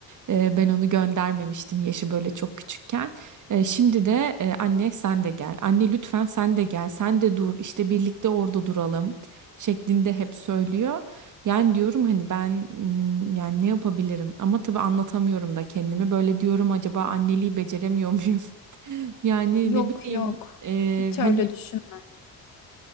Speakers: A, on the right; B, on the left.
A: E, ben onu göndermemiştim yaşı böyle çok küçükken. E, şimdi de e, anne sen de gel. Anne lütfen sen de gel. Sen de dur. işte birlikte orada duralım şeklinde hep söylüyor. Yani diyorum hani ben mm, yani ne yapabilirim? Ama tabii anlatamıyorum da kendimi. Böyle diyorum acaba anneliği beceremiyor muyum? <laughs> Yani
B: Yok
A: ne bileyim
B: yok.
A: e,
B: Hiç öyle
A: hani
B: düşün.